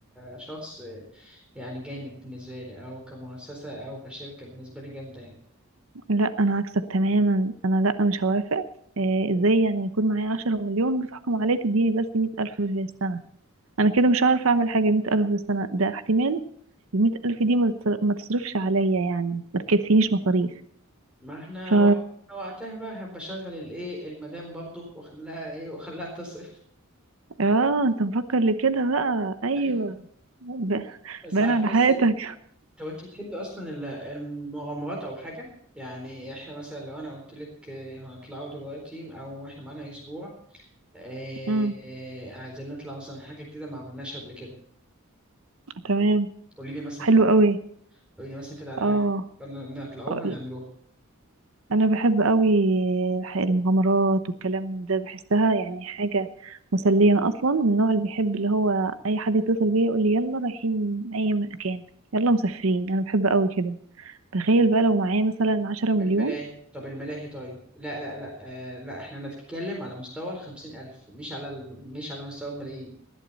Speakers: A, in the centre; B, on the right (about 70°).
A: شخص يعني جامد بالنسبه لي او كمؤسسه او كشركه بالنسبه لي جامده يعني
B: لا انا عكسك تماما انا لا مش هوافق إيه، ازاي يعني يكون معايا عشرة مليون وتحكم عليا تديني بس مية ألف في السنة انا كده مش هعرف اعمل حاجه 100000 في السنه ده احتمال ال 100000 دي ما تتر- ما تصرفش عليا يعني ما تكفينيش مصاريف
A: ما احنا
B: ف
A: وقت- وقتها بقى هبقى اشغل الايه المدام برضه واخليها ايه واخليها تصرف
B: اه انت مفكر لكده بقى ايوه
A: ايوه
B: ب...
A: صحيح
B: باين على
A: بس
B: حياتك
A: انت- طب انت بتحبي اصلا ال- المغامرات او حاجه يعني احنا مثلا لو انا قلت لك آه، هنطلعوا دلوقتي او احنا معانا اسبوع آه،
B: <laughs> امم
A: آه، عايزين نطلع مثلا حاجه جديده ما عملناش قبل كده
B: تمام
A: قولي لي مثلا
B: حلو
A: كده
B: قوي
A: قولي لي مثلا كده على
B: اه
A: حاجه بدنا نطلعوها
B: أقول-
A: نعملوها
B: انا بحب قوي الح- المغامرات والكلام من ده بحسها يعني حاجه مسليه انا اصلا من النوع اللي بيحب اللي هو اي حد يتصل بيا يقول لي يلا رايحين اي مكان يلا مسافرين انا بحب قوي كده تخيل بقى لو معايا مثلا عشرة
A: طب
B: مليون
A: الملاهي طب الملاهي طيب لا لا لا آه لا احنا هنتكلم على مستوى الخمسين ألف مش على ال- مش على مستوى الملايين